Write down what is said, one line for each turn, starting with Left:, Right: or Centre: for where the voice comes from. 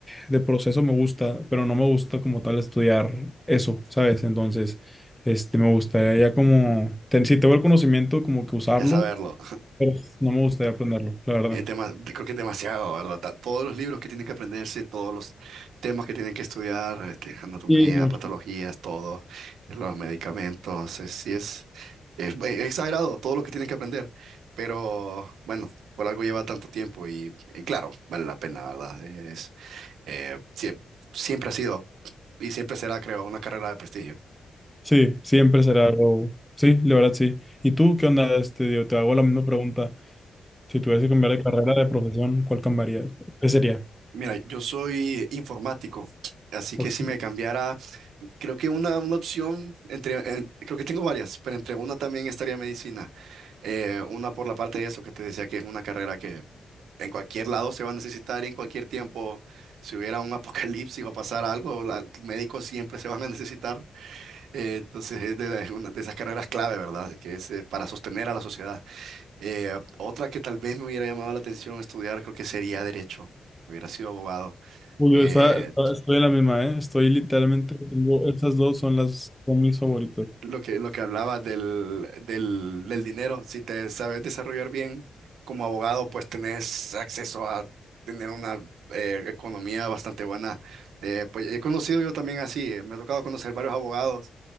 Centre: de proceso me gusta, pero no me gusta como tal estudiar eso, ¿sabes? Entonces, este, me gustaría ya como, ten- si tengo el conocimiento, como que usarlo,
Right: ya saberlo.
Centre: pero no me gustaría aprenderlo, la verdad.
Right: Es dema- creo que es demasiado, ¿verdad? Ta- Todos los libros que tienen que aprenderse, todos los temas que tienen que estudiar, este, anatomía,
Centre: Sí, es mucho.
Right: patologías, todo, los medicamentos, es- sí es, es, es exagerado todo lo que tienen que aprender, pero bueno, por algo lleva tanto tiempo y, y claro, vale la pena, ¿verdad? Es, eh, sie- siempre ha sido y siempre será, creo, una carrera de prestigio.
Centre: Sí, siempre será Row. Sí, la verdad sí. ¿Y tú qué onda? Este, digo, te hago la misma pregunta. Si tuvieras que cambiar de carrera, de profesión, ¿cuál cambiaría? ¿Qué sería?
Right: Mira, yo soy informático, así que
Centre: Porque,
Right: si me cambiara, creo que una, una opción, entre, en- creo que tengo varias, pero entre una también estaría medicina. Eh, una por la parte de eso que te decía que es una carrera que en cualquier lado se va a necesitar y en cualquier tiempo, si hubiera un <laughs> apocalipsis o pasara algo, la- médicos siempre se van a necesitar. Eh, entonces es de, la- es una de esas carreras clave, ¿verdad? Así Que es eh, para sostener a la sociedad. Eh, otra que tal vez me hubiera llamado la atención estudiar, creo que sería derecho. Hubiera sido abogado.
Centre: uy,
Right: Eh,
Centre: yo está- está- estoy en la misma, ¿eh? Estoy literalmente, tengo- estas dos son las, son mis favoritas.
Right: lo que, lo que hablaba del, del, del dinero, si te sabes desarrollar bien como abogado, pues tenés acceso a tener una eh, economía bastante buena. Eh, pues he conocido yo también así, eh, me ha tocado conocer varios abogados